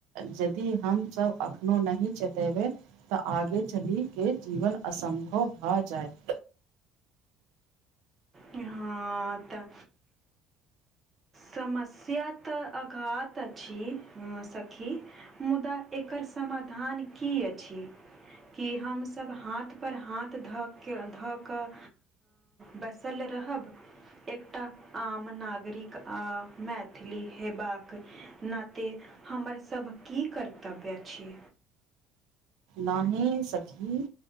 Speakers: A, on the right (about 75°); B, on the right (about 15°).
A: जदि हम सब अखनो नहि चेतेवै तऽ आगे चलिके जीवन असम्भव भऽ जायत।
B: हँ तऽ समस्या तऽ अघात अछि अ सखी, मुदा एकर समाधान की अछि? कि हम सभ हाथ पर हाथ ध के धऽ कऽ बस बैसल रहब। एकटा आम नागरिक आ मैथिली हेबाक ना नाते हमर सभके की कर्तव्य अछि?
A: नहि सखी।